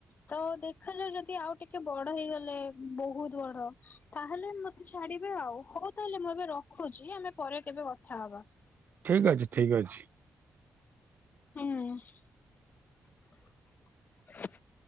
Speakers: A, on the left; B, on the right.
A: ତ ଦେଖାଯାଉ ଯଦି ଆଉ ଟିକେ ବଡ ହେଇଗଲେ ବହୁତ ବଡ ତାହେଲେ ବୋଧେ ଛାଡିବେ ଆଉ ହଉ ତାହେଲେ ମୁଁ ଏବେ ରଖୁଚି ଆମେ ପରେ କେବେ କଥା ହବା।
B: ଠିକ ଅଛି ଠିକ୍ ଅଛି।
A: ହୁଁ।